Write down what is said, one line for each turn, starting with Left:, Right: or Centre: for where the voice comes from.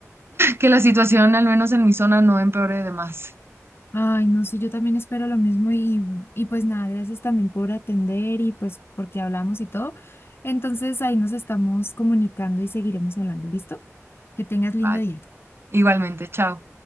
Right: que la situación, al menos en mi zona, no empeore de más.
Left: Ay, no, sí, yo también espero lo mismo y, y pues nada, gracias también por atender y pues porque hablamos y todo. Entonces ahí nos estamos comunicando y seguiremos hablando, ¿listo? Que tengas lindo
Right: Vale,
Left: día.
Right: igualmente, chao.